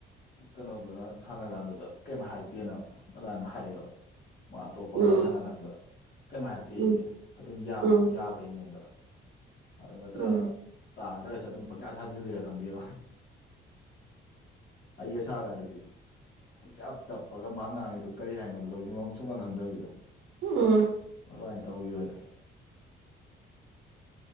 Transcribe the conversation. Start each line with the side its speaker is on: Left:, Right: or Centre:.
Left: ꯀꯩꯅꯣꯗꯨꯅ ꯁꯥꯟꯅ ꯀꯥꯟꯗꯨꯗ ꯀꯩꯝ ꯍꯥꯏꯔꯛꯇꯦꯅ ꯑꯗꯨꯃꯥꯏꯅ ꯍꯥꯏꯔꯛꯑꯦꯕ ꯃꯥ ꯑꯇꯣꯞꯄ
Right: ꯎꯝ
Left: ꯑꯃꯒ ꯁꯥꯟꯅ ꯀꯥꯟꯗꯨꯗ ꯀꯩꯝ ꯍꯥꯏꯇꯦꯌꯦ
Right: ꯎꯝ
Left: ꯑꯗꯨꯝ ꯌꯥꯃ
Right: ꯎꯝ
Left: ꯌꯥꯕꯩ ꯃꯑꯣꯡꯗ ꯑꯗꯨ ꯅꯠꯇ꯭ꯔꯒ
Right: ꯎꯝ
Left: ꯇꯥꯗ꯭ꯔꯁꯨ ꯑꯗꯨꯝ ꯄꯪꯁꯥ ꯁꯥꯖꯤꯜꯂꯤꯔ ꯈꯪꯗꯦꯕ ꯑꯩꯒ ꯁꯥꯀꯥꯟꯗꯗꯤ ꯄꯨꯡꯆꯞ ꯆꯞꯄꯒ ꯃꯥ ꯉꯥꯡꯉꯤꯗꯣ ꯀꯔꯤ ꯍꯥꯏꯅꯣ ꯂꯧꯁꯤꯡꯤꯡꯐꯝ ꯁꯨꯡꯈꯪ ꯈꯪꯗꯕꯤꯗꯣ
Right: <unintelligible>
Left: ꯑꯗꯨꯃꯥꯏꯅ ꯇꯧꯈꯤꯕꯅꯦ